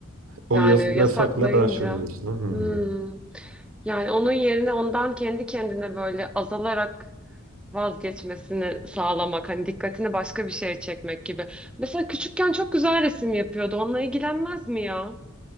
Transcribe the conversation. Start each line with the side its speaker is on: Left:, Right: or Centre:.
Right: O
Centre: Yani
Right: yas- yasakla
Centre: yasaklayınca.
Right: daha şey oluyorsun. Hmm.
Centre: Hmm. Yani onun yerine ondan kendi kendine böyle azalarak vazgeçmesini sağlamak. Hani dikkatini başka bir şeye çekmek gibi. Mesela küçükken çok güzel resim yapıyordu. Onunla ilgilenmez mi ya?